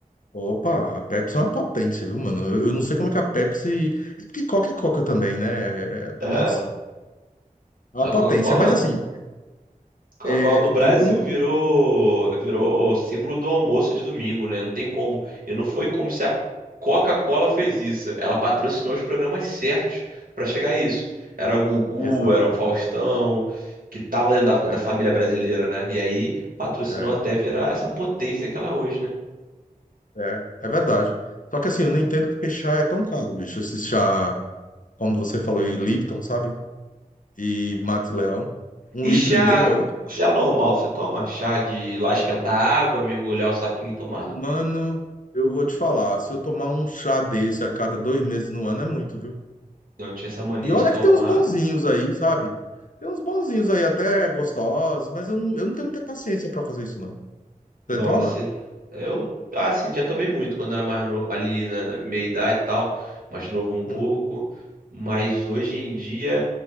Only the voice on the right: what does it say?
É.
A Coca-Cola.
Coca-Cola
no Brasil
virou virou símbolo do almoço de domingo, né? Não tem como. E não foi como se a Coca-Cola fez isso. Ela patrocinou os programas certos pra chegar a isso. Era o Gugu,
era um Faustão, que tava dentro da,
da família brasileira, né? E aí patrocinou
até virar essa potência que ela é hoje, né?
E
chá,
chá normal, você toma? Chá de ir lá esquentar água, mergulhar o saquinho e tomar?
Eu tinha essa mania
de tomar
Mal
você. Eu, assim, já tomei muito quando era mais novo, ali na, na meia idade e tal, mais novo um pouco.
Mas hoje em dia